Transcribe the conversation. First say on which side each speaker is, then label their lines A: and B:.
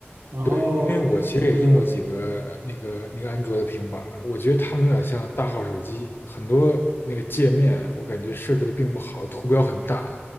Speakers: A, on the right; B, on the left.
A: 然后，
B: 对，因为我其实也用过几个呃那个那个安卓的平板儿，
A: 呃这个
B: 我觉得他们有点像大号手机，很多那个界面我感觉设置的并不好，图标很大，